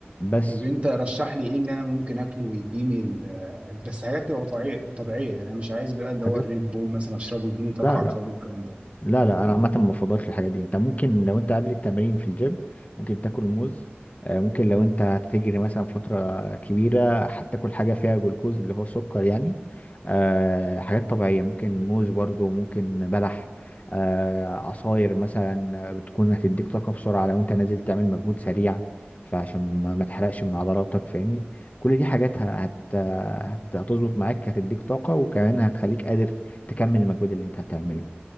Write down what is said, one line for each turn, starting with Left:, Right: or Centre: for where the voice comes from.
Left: بس
Right: طب انت رشح لي ايه اللي انا ممكن اكله ويديني ال- بس حاجات تبقى طبيعيه طبيعيه يعني انا مش عايز بقى اللي
Left: حاجات
Right: هو الريد بول مثلا اشربه ويديني طاقه
Left: لا
Right: على
Left: لا
Right: الفاضي والكلام ده
Left: لا لا انا عامه ما بفضلش الحاجات دي انت ممكن لو انت قبل التمرين في الجيم ممكن تاكل موز آه، ممكن لو انت هتجري مثلا فتره كبيره هتاكل حاجه فيها جلوكوز اللي هو سكر يعني آه، حاجات طبيعيه ممكن موز برضو ممكن بلح آه، عصاير مثلا بتكون هتديك طاقه بسرعه لو انت نازل تعمل مجهود سريع فعشان ما ما تحرقش من عضلاتك فاهمني كل دي حاجات ه- هت هت- هتظبط معاك هتديك طاقه وكمان هتخليك قادر تكمل المجهود اللي انت هتعمله